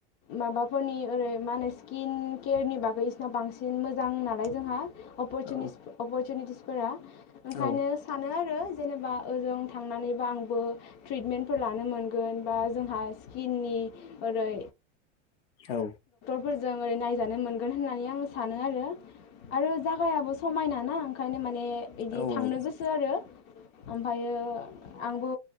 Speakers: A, on the left; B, on the left.
A: माबा हनि ओरै मा होनो स्किन केयारनि बागै बिसोरना बांसिन मोजां मोजां नालाय जोंहा अपर्चनिटिस
B: औ
A: अर्चनिटिस फोरा ओंखायनो
B: औ
A: सानो आरो जेनेबा ओजों थांनानैबा आंबो ट्रिटमेन्टफोर लानो मोनगोन बा जोंहा स्किननि ओरै
B: औ
A: फोरजों ओरै नायजानो मोनगोन होननानै आं सानो आरो आरो जागायाबो समायना ना ओंखायनो माने ए इदि
B: औ
A: थांनो गोसो आरो ओमफ्रायो आंबो